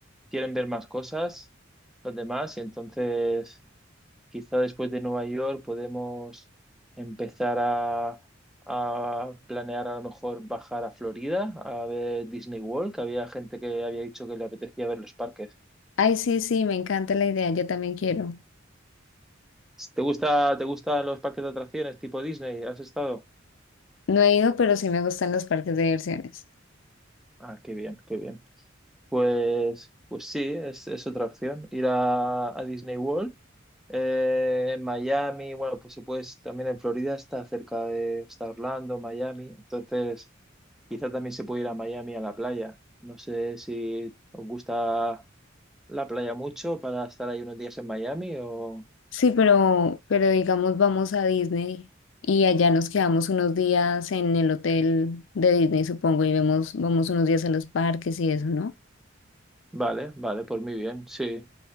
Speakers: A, in the centre; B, on the left (about 70°).
A: quieren ver más cosas los demás, y entonces quizá después de Nueva York podemos empezar a, a planear a lo mejor bajar a Florida a ver Disney World, que había gente que había dicho que le apetecía ver los parques.
B: Ay, sí, sí, me encanta la idea, yo también quiero.
A: ¿Te gusta, te gustan los parques de atracciones tipo Disney? ¿Has estado?
B: No he ido, pero sí me gustan los parques de diversiones.
A: Ah, qué bien, qué bien. Pues, pues sí, es, es otra opción. Ir a, a Disney World. Eh, en Miami, bueno, pues se puede, también en Florida está cerca de, está Orlando, Miami. Entonces, quizá también se puede ir a Miami a la playa. No sé si os gusta la playa mucho para estar ahí unos días en Miami o...
B: Sí, pero, pero digamos vamos a Disney y allá nos quedamos unos días en el hotel de Disney, supongo, y vemos, vamos unos días a los parques y eso, ¿no?
A: Vale, vale, pues muy bien, sí.